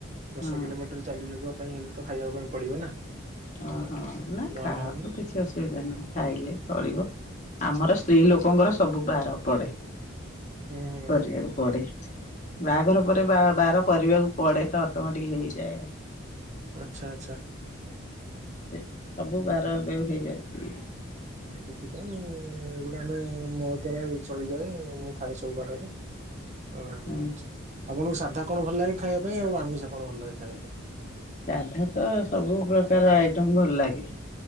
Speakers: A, on the right; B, on the left.
A: ଦଶ
B: ହଁ
A: କିଲୋମିଟର ଚାଲିକିଯିବା ପାଇଁ ହେଲେ ତ ଖାଇବା ପାଇଁ ପଡିବ ନା।
B: ଅହଁ
A: ଅ,
B: ହଁ ନା
A: ନହେଲେ
B: ଖାଆନ୍ତୁ
A: ହଉନି ତ।
B: କିଛି ଅସୁବିଧା ନାହିଁ ଖାଇଲେ ଚଳିବ ଆମର
A: ହୁଁ
B: ସ୍ତ୍ରୀ ଲୋକଙ୍କର ସବୁ ବାର ପଡେ।
A: ହୁଁ
B: କରିବାକୁ
A: ହୁଁ ହୁଁ।
B: ପଡ଼େ। ବାହାଘର ପରେ ବାର କରିବାକୁ ପଡେ ତ ଅଟୋମେଟିକ ହେଇଯାଏ।
A: ଆଛା ଆଛା।
B: ସେ ସବୁ ବାର ଏବେ ହେଇଯାଉଚି
A: ସେଥିପାଇଁ ଏଗୁଡ଼ା ଆମେ ମୋ ଦ୍ଵାରା ଚଳିଯାଏ ମୁଁ ଖାଏ ସବୁ ବାରରେ। ଅହ
B: ହଁ।
A: ଆଛା ଆପଣଙ୍କୁ ସାଧା କଣ ଭଲ ଲାଗେ ଖାଇବା ପାଇଁ ଆଉ ଆମିଷ କଣ ଭଲ ଲାଗେ ଖାଇବା ପାଇଁ?
B: ସାଧା ତ ସବୁ ପ୍ରକାର ଆଇଟମ ଭଲ ଲାଗେ।